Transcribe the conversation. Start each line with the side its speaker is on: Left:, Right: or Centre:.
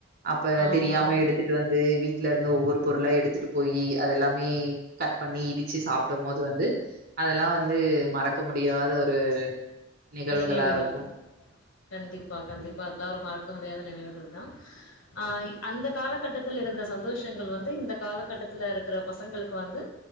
Right: அப்ப
Left: ஆமா
Right: தெரியாம எடுத்துட்டு வந்து வீ ட்ல இருந்து ஒவ்வொரு பொருளா எடுத்துட்டு போயி அதெல்லாமே கட் பண்ணி இடிச்சு சாப்பிடும் போது வந்து அதெல்லா வந்து மறக்க மு டியாத ஒரு நிகழ்வுகளா
Left: நினைவுகள்
Right: இருக்கு
Left: கண்டிப்பா கண்டிப்பா அதெல்லா ஒரு மறக்க முடியாத நினைவுகள்தா அ அந்த காலகட்டத்துல இருந்த சந்தோஷங்கள் வந்து இந்த காலகட்டத்துல இருக்கிற பசங்களுக்கு வந்து